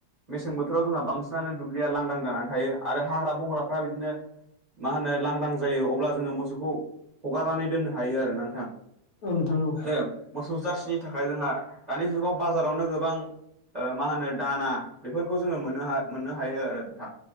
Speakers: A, on the right (about 35°); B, on the left (about 65°).
A: मेसें बोथोराव जोंहा बांसिनानो दुब्लिया लांदां जानानै थायो आरो हाग्रा बंग्राफ्रा बिदिनो मा होनो लांदां जायो अब्ला जोङो मोसौखौ हगारनानै दोननो हायो आरोना नोंथां।
B: औ नोंथां औ।
A: आरो मोसौ जार्सिनि थाखाय जोंहा दानि जुगाव बाजारावनो गोबां ओ मा होनो दाना बेफोरखौ जोङो मोननो हा मोननो हायो आरो नोंथां